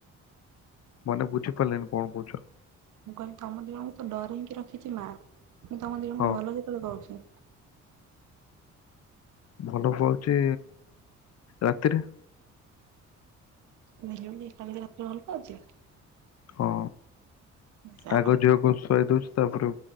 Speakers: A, on the left; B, on the right.
A: ମାନେ ବୁଝିପାରିଲିନି କଣ କହୁଛ?
B: ମୁଁ କହିଲି ତମ ଦିଜଣଙ୍କୁ ତ ଡରେଇକି ରଖିଛି ମା ପୁଣି ତମ ଦିଜଣଙ୍କୁ
A: ହଁ
B: ଭଲ କେତେବେଳେ ପାଉଚି।
A: ଭଲ ପାଉଚି ରାତିରେ।
B: ଦି ଜଣଙ୍କୁ ଏକାବେଳେ ରାତିରେ ଭଲ ପାଉଚି।
A: ହଁ
B: ଯା
A: ଆଗ ଝିଅକୁ ଶୁଆଇ ଦୋଉଚି ତାପରେ